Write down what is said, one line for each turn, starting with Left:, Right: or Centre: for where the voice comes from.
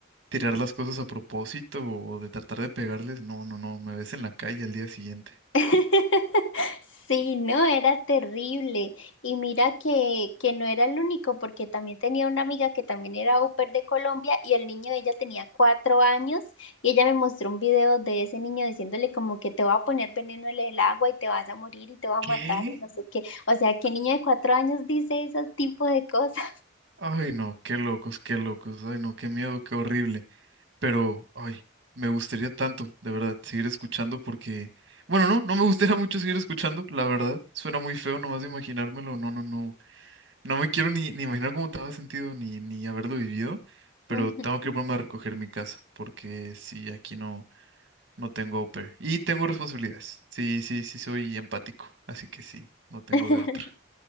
Right: tirar las cosas a propósito o de tratar de pegarles, no, no, no, me ves en la calle al día siguiente.
Left: <laughs> Sí, no, era terrible. Y mira que, que no era el único, porque también tenía una amiga que también era au pair de Colombia y el niño de ella tenía cuatro años y ella me mostró un video de ese niño diciéndole como que te va a poner veneno en el agua y te vas a morir y te va a matar
Right: ¿Qué?
Left: y no sé qué. O sea, ¿qué niño de cuatro años dice ese tipo de cosas?
Right: Ay, no, qué locos, qué locos, ay, no, qué miedo, qué horrible. pero, ay, me gustaría tanto, de verdad, seguir escuchando porque, bueno, no, no me gustaría <laughs> mucho seguir escuchando, la verdad, suena muy feo nomás de imaginármelo, no, no, no, no me quiero ni, ni imaginar cómo te había sentido ni, ni haberlo vivido, pero
Left: Ujú.
Right: tengo que ponerme a recoger mi casa porque sí, aquí no, no tengo au pair y tengo responsabilidades, sí, sí, sí soy empático, así que sí, no tengo
Left: <laughs>
Right: de otra.